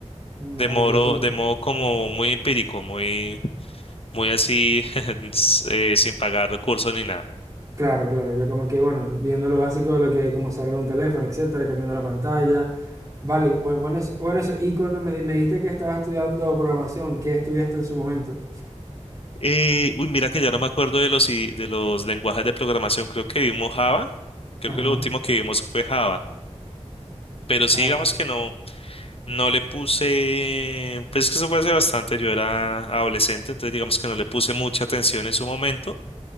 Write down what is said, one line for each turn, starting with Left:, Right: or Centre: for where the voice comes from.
Right: Mal
Left: de modo,
Right: interesante.
Left: de modo como muy empírico, muy, muy así, <laughs> s- eh, sin pagar recursos ni nada.
Right: Claro, claro, ya como que, bueno, viendo lo básico de lo que, hay, como cerrar un teléfono, etcétera, cambiando la pantalla. Vale, bu- bueno, eso- bueno, eso. Y cuando me, di- me dijiste que estabas estudiando programación, ¿qué estudiaste en su momento?
Left: Eh, uy, mira que ya no me acuerdo de los, i- de los lenguajes de programación. Creo que vimos Java. Creo
Right: Ajá.
Left: que lo último que vimos fue Java. Pero sí,
Right: Ah,
Left: digamos que no, no le puse, pues es que eso fue hace bastante, yo era adolescente, entonces digamos que no le puse mucha atención en su momento.